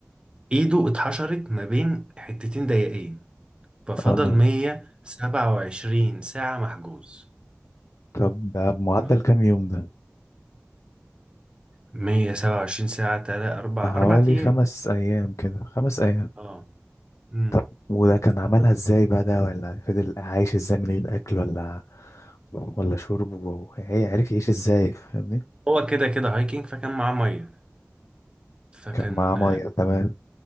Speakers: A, on the right; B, on the left.
A: ايده اتحشرت ما بين حتتين ضيقين ففضل
B: اه
A: 127 ساعة محجوز
B: طب ده بمعدل
A: ما-
B: كام يوم ده
A: 127 ساعة تلات أربع
B: بحوالي
A: أربع أيام
B: خمس ايام كده خمس ايام
A: اه مم.
B: طب وده كان عملها ازاي بقى ده ولا فضل عايش ازاي من غير اكل ولا ولا شرب وهي عرف يعيش ازاي فاهمني
A: هو كده كده هايكنج فكان معاه ميه فكان
B: كان معاه ميه تمام